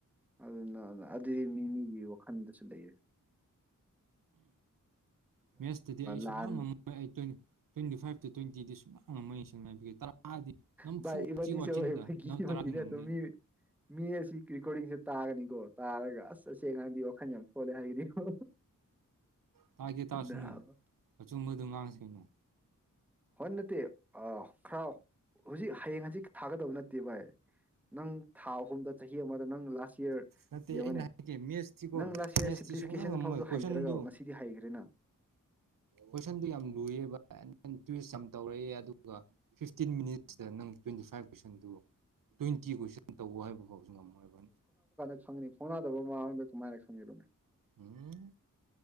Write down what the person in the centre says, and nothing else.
ꯑꯗꯨꯅ ꯑꯗꯨꯗꯤ ꯃꯤ ꯃꯤꯒꯤ ꯋꯥꯈꯜꯗꯁꯨ ꯂꯩꯌꯦ
ꯂꯥꯟ
ꯚꯥꯏ ꯏꯕꯥꯅꯤꯁꯦ
ꯍꯣꯏ ꯐꯥꯒꯤ
ꯐꯥꯒꯤꯅꯦ
ꯑꯗꯨꯝ ꯃꯤ ꯃꯤ ꯑꯁꯤ ꯔꯦꯀꯣꯔꯗꯤꯡꯁꯦ ꯇꯥꯒꯅꯤꯀꯣ ꯇꯥꯔꯒ ꯑꯁ ꯑꯁꯦꯡꯉꯗꯤ ꯋꯥꯈꯜ ꯌꯥꯝ ꯁꯣꯜꯂꯦ ꯍꯥꯏꯒꯅꯤꯀꯣ
ꯅꯥꯕ
ꯍ ꯅꯠꯇ ꯑ ꯈꯥꯎ ꯍꯧꯖꯤꯛ ꯍꯌꯦꯡ ꯍꯧꯖꯤꯛ ꯊꯥꯒꯗꯕ ꯅꯠꯇꯦ ꯚꯥꯏ ꯅꯪ ꯊꯥ ꯑꯍꯨꯝꯗ ꯆꯍꯤ ꯑꯃꯗ ꯅꯪ ꯂꯥꯁ ꯌꯔ
ꯌꯦꯡꯉꯨꯅꯦ
ꯅꯪ ꯂꯥꯁ ꯌꯔ
ꯁꯤꯝꯄ꯭ꯂꯤꯐꯤꯀꯦꯁꯟ
ꯐꯥꯎꯁꯨ
ꯍꯩꯇ꯭ꯔꯒ ꯉꯁꯤꯗꯤ ꯍꯩꯈ꯭ꯔꯦꯅ
ꯁꯪꯅꯤ ꯈꯣꯡꯅꯗꯕ ꯃꯃꯥꯡꯗ ꯀꯃꯥꯏꯅ ꯁꯪꯉꯕꯣꯅꯦ